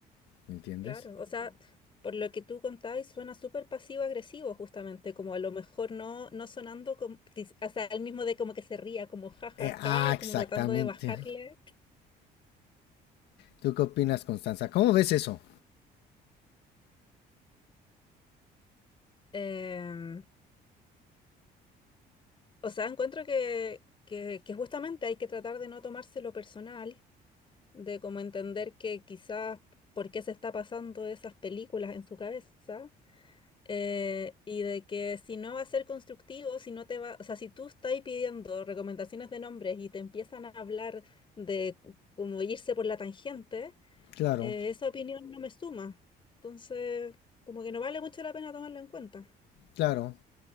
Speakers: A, on the left; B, on the left.
A: ¿me entiendes?
B: Claro, o sea, por lo que tú contabas, suena súper pasivo-agresivo, justamente, como a lo mejor no, no sonando, como, quiz- o sea, el mismo de como que se ría, como ja, ja,
A: Eh, ah,
B: ja,
A: exactamente.
B: como tratando de bajarle.
A: ¿Tú qué opinas, Constanza? ¿Cómo ves eso?
B: Em, o sea, encuentro que, que, que justamente hay que tratar de no tomárselo personal, de como entender que quizás por qué se está pasando esas películas en su cabeza Eh, y de que si no va a ser constructivo, si no te va, o sea, si tú estás pidiendo recomendaciones de nombres y te empiezan a hablar de como irse por la tangente,
A: Claro,
B: eh, esa opinión no me suma. Entonces, como que no vale mucho la pena tomarla en cuenta.
A: claro.